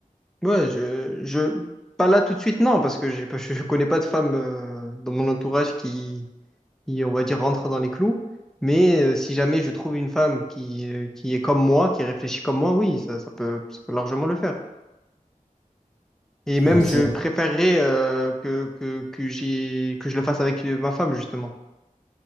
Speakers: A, in the centre; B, on the right (about 70°).
A: Ouais, je, je, pas là tout de suite, non, parce que j'ai pas, <laughs> je, je connais pas de femme euh, dans mon entourage qui, qui, on va dire, rentre dans les clous. Mais euh, si jamais je trouve une femme qui, euh, qui est comme moi, qui réfléchit comme moi, oui, ça, ça peut, ça peut largement le faire. Et même,
B: Ouais, c'est
A: je
B: vrai.
A: préférerais euh, que, que, que j'ai, que je le fasse avec euh, ma femme, justement.